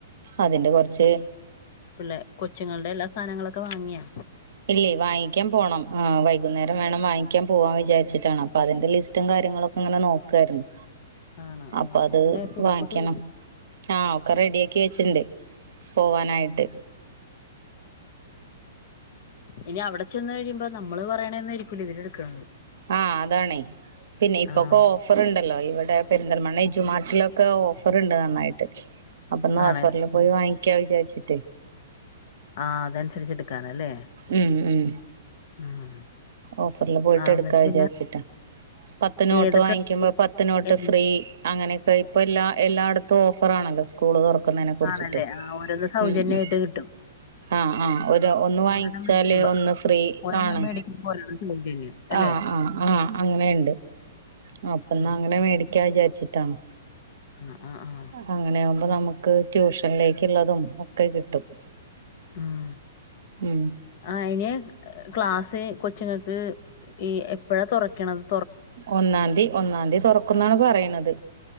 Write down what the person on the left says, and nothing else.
പിള്ളെ കൊച്ചുങ്ങളുടെ എല്ലാ സാധനങ്ങളൊക്കെ വാങ്ങിയാ
ആണോ
ഓ
എല്ലാ കുറിപ്പൊക്കെ
എഴുതി
ഇനി അവടെ ചെന്ന് കഴിയുമ്പോ നമ്മള് പറയണന്നായിരിക്കൂല ഇവര് എടുക്കണത്
ആഹ്
ആണല്ലേ
ആഹ് അതനുസരിച്ച് എടുക്കാനല്ലേ
ഉം
ആഹ്
എന്നിട്ട്
പിന്നെ
ഏതൊക്കെ
എന്ത്
ആണല്ലേ ആ ഓരോന്ന് സൗജന്യായിട്ട്
കിട്ടും
ഒരെണ്ണം മേടിക്കുമ്പോ
ഒരെണ്ണം
മേടിക്കുമ്പോ ഒരെണ്ണം സൗജന്യം അല്ലേ
ഉം
ആഹ് ആഹ്
ആഹ്
ആഹ അയിന് ക്ലാസ് കൊച്ച്ങ്ങക്ക് ഈ എപ്പോഴാ തൊറയ്ക്കണത്